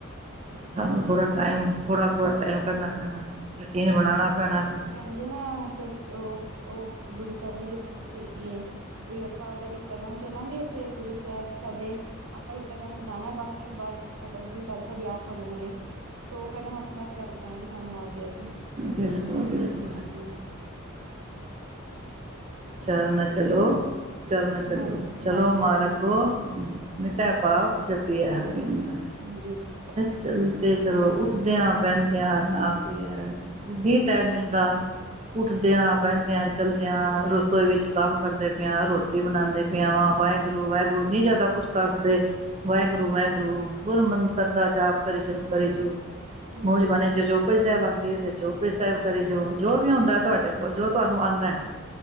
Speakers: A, on the right; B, on the right.
A: ਸਾਨੂੰ ਥੋੜਾ ਟਾਈਮ ਥੋੜਾ-ਥੋੜਾ ਟਾਈਮ ਕਰਨਾ ਪੈਣਾ, ਰੂਟੀਨ ਬਣਾਣਾ ਪੈਣਾ ਵੀ।
B: ਕਹਿੰਦੇ ਨਾ ਸਚ ਉਹ, ਉਹ ਗੁਰੂ ਸਾਹਿਬ ਜੀ ਦੀ ਪੰਕਤੀ ਹੈਗੀ ਏ। ਵੀ ਆਪਾਂ ਅਗਰ ਇੱਕ ਕਦਮ ਚੱਲਾਂਗੇ, ਤੇ ਗੁਰੂ ਸਾਹਿਬ ਸਾਡੇ। ਆਪਾਂ ਇਕ ਕਦਮ ਬਦਾਣਾ ਐ, ਬਾਕੀ ਬਾਜ ਬਾਬਾ ਜੀ ਬਾਹ ਸਾਡੀ, ਆਪ ਫੜ ਲੈਣਗੇ। ਸੋਂ ਕਦਮ ਆਪਣੇ ਆਪ ਲੈ ਕੇ, ਜਾਣਗੇ ਸਾਨੂੰ ਆ ਕੇ ਅੱਗੇ।
A: ਬਿਲਕੁਲ- ਬਿਲਕੁਲ।
B: ਹਾਂਜੀ।
A: ਚਰਨ ਚਲੋ, ਚਰਨ ਚਲੋ,
B: ਮਾਰੋ,
A: ਚਲੋ
B: ਮਾਰੋ
A: ਮਾਰਗ
B: ਗੋਬਿੰਦ
A: ਗੋ- ਮਿੱਟੇ ਪਾਪ, ਜਪਿਆ ਹਰਵਿੰਦ।
B: ਜੀ- ਜੀ।
A: ਚਲਦੇ ਚਲੋ ਉੱਠਦੇਆਂ ਬਹਿੰਦਿਆਂ ਨਾਮ ਹੀ ਹੈ। ਵੀ ਟੈਮ ਮਿਲਦਾ ਉੱਠਦਿਆਂ ਬਹਿੰਦਿਆਂ ਚਲਦਿਆਂ ਰੋ- ਰਸੋਈ ਵਿੱਚ ਕੰਮ ਕਰਦੇ ਪਿਆ, ਰੋਟੀ ਬਣਾਉਂਦੇ ਪਿਆ ਵਾਂ, ਵਾਹਿਗੁਰੂ ਵਾਹਿਗੁਰੂ ਨਹੀਂ ਜ਼ਿਆਦਾ ਕੁਛ ਕੱਰ ਸਕਦੇ। ਵਾਹਿਗੁਰੂ, ਵਾਹਿਗੁਰੂ ਗੂਰ ਮੰਤਰ ਦਾ ਜਾਪ ਕਰੀ ਜਾਓ। ਕਰੀ ਜੋ,
B: ਹਾਂਜੀ-ਹਾਂਜੀ,
A: ਮੂੰਝ ਬਣੇ ਜੋ ਚੋਪਾਈ ਸਾਹਿਬ ਆਉਂਦੀ ਹੈ, ਤੇ ਚੋਪਾਣੀ ਸਾਹਿਬ ਕਰੀ ਜੋ, ਜੋ ਵੀ ਹੁੰਦਾ। ਤੁਹਾਡੇ ਕੋਲ,
B: ਹਾਂਜੀ-ਹਾਂਜੀ
A: ਜੋ ਤੁਹਾਨੂੰ ਆਉਂਦਾ ਹੈ।